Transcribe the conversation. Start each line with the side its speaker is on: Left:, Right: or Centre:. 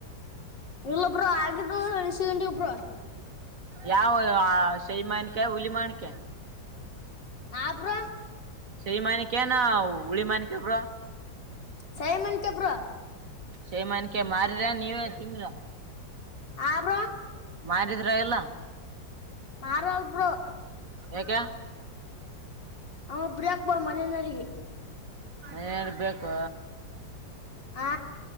Left: ಇಲ್ಲೊಬ್ರು ಆಗಿದ ಎಣಸ ಗಂಂಡಿ ಒಬ್ರು
Right: ಯಾವ ಸೈಮನ್ಕ ಹುಲಿಮನ್ಕ
Left: ಆಬ್ರ
Right: ಸ ಮನಿಕ ನ ಹುಳಿಮನಿಕ ಬ್ರೋ
Left: ಸೈಮನ್ ಕೆಪ್ರಾ
Right: ಸೇಮನ್ಕ ಮಾರರ ನೀವೇ ತಿಂದ್ರ
Left: ಆರ
Right: ಮಾರಿದ್ರ ಎಲ್ಲ
Left: ಮಾರ ಬರೋ
Right: ಯಏಕ
Left: ಹ ಒಬ್ಲಕ್ ಬಾ ಮನೆಯನರಿಗೆ
Right: ಏನ್ ಬೇಕು
Left: ಆ